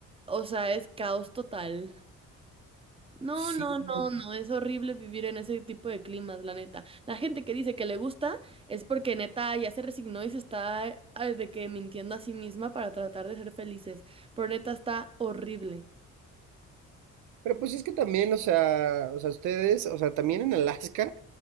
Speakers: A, on the right; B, on the right.
A: o sea, es caos total. No,
B: sí,
A: no, no,
B: ¿no?
A: no, es horrible vivir en ese tipo de climas, la neta. La gente que dice que le gusta es porque neta ya se resignó y se está ah, de que mintiendo a sí misma para tratar de ser felices. Pero neta está horrible.
B: Pero pues es que también, o sea, o sea, ustedes, o sea, también en Alaska,